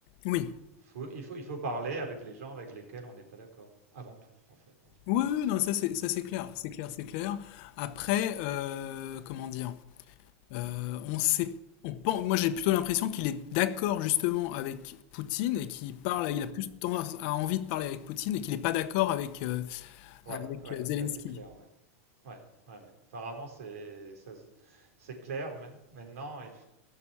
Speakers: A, on the left (about 50°); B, on the right (about 85°).
A: Oui.
B: Faut- il, faut, il faut parler avec les gens avec lesquels on n'est pas d'accord, avant tout, en fait, en diplomatie.
A: Oui, oui, non, ça c'est ça, c'est clair,
B: Mm.
A: c'est clair, c'est clair. Après, euh, comment dire? Euh, on sait, on pense, moi j'ai plutôt l'impression qu'il est d'accord justement avec Poutine et qu'il parle, il
B: Mhm.
A: a plus tendance à envie de parler avec Poutine et qu'il n'est pas d'accord avec, euh,
B: Ouais,
A: avec
B: ouais,
A: euh, Zelensky.
B: c'est assez clair, ouais. Ouais, ouais, ouais. Apparemment, c'est ça c'est clair. Maintenant, il, f-